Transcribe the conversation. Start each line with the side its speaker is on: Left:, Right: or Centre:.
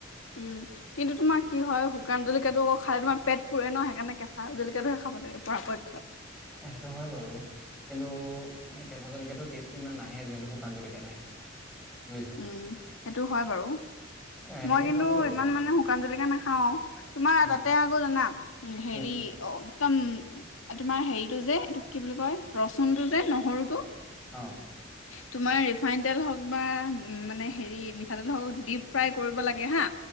Left: উম। কিন্তু তোমাৰ কি হয়, শুকান জলকীয়াটো খাই তোমাৰ পেট পুৰে না সেইকাৰণ কেঁচা জলিকীয়াটোহে খাব লাগে। পৰাপক্ষত।
Centre: এ সেইটো হয় বাৰু। কিন্তু মানে কেঁচা জলকীয়াটো টেষ্টটো ইমান নাহে, যিহেতু শুকান জলকীয়াত আহে। বুজিছা?
Left: উম সেইটো হয় বাৰু।
Centre: এ এনেকে
Left: মই কিন্তু
Centre: খালোঁ আৰু
Left: ইমান মানে শুকান জলকীয়া নাখাও, তোমাৰ
Centre: উম,
Left: তাতে আকৌ জানা হেৰি
Centre: উম,
Left: একদম তোমাৰ হেৰিটো যে এইটো কি বুলি কয় ৰচুনটো যে নহৰুটো
Centre: অ।
Left: তোমাৰ ৰিফাইন তেল হওক বা উ মানে হেৰি মিঠাতেল হওক ডিপ ফ্ৰাই কৰিব লাগে হা,